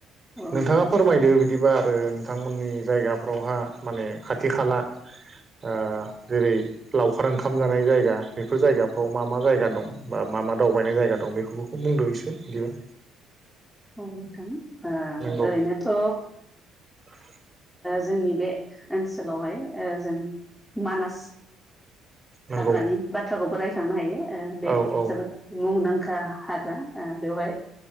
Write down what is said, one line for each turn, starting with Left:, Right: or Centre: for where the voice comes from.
Centre: औ
Right: नोंथाङा
Centre: नोंथां
Right: फोरमायदो बिदिबा आरो बिथांमोननि जायगाफ्रावहा माने खाथि खाला ओ जेरै लावखार ओंखाम जानाय जायगा बेफोर जायगाफ्राव मा मा जायगा दं बा मा मा दावबायनाय जायगा दं बेखौ बुंदो' एसे बिदियाव
Centre: औ नोंथां ओरैनोथ'
Right: नंगौ <inaudible>
Centre: जोंनि बे ओनसोलावहाय जों मानास
Right: नंगौ
Centre: हाग्रानि बाथ्राखौबो रायख्लांनो हायो बे
Right: औ औ
Centre: जोबोद मुंदांखा हाग्रा बेवहाय